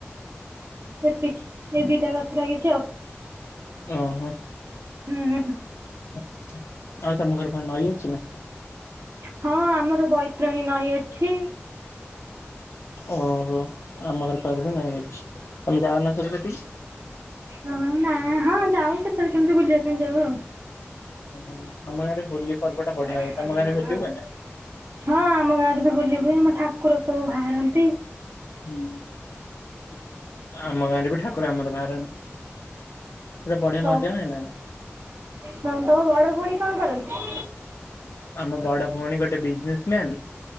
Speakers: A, on the right; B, on the left.
A: ଏତିକି <inaudible> ଏ ଦିଟା ଗଛ ଲାଗିଛି ଆଉ।
B: ଓହୋ।
A: ହୁଁ।
B: <inaudible> ଆଉ ତମ ଘର ପାଇଁ ନଈ ଅଛି ନା?
A: ହଁ ଆମର ବୈତରଣୀ ନଈ ଅଛି।
B: ଓହୋ <inaudible> ଆମ ଘର ପାଖରେ ବି ନଈ ଅଛି। <inaudible> ତମେ ଯାାଉ ନ ସବୁ ସେଠି
A: ହଁ ନା ହଁ ଯାଉ କେତେବେଳେ କେମିତି ବୁଲିବା ପାଇଁ ଯାଉ ଆଉ।
B: ଓ ଆମ ଗାଁରେ ହୋଲି ପର୍ବଟା
A: <inaudible>
B: ବଢିଆ ହୁଏ। ତମ ଗାଁରେ ହୋଲି ହୁଏ ନା?
A: ହଁ ଆମ ଗାଁରେ ବି ହୋଲି ହୁଏ। ଆମ ଠାକୁର ସବୁ ବାହାରନ୍ତି।
B: ହୁଁ ଆମ ଗାଁ ରେ ବି ଠାକୁର ଆମର ବାହାରନ୍ତି। ଗୋଟେ ବଢିଆ
A: ହଉ
B: ମଜା ନାଇଁନା?
A: ହଁ ତମ ବଡ ଭଉଣୀ କଣ କରନ୍ତି?
B: ଆମ ବଡ ଭଉଣୀ ଗୋଟେ ବିଜନେସ ମ୍ୟାନ।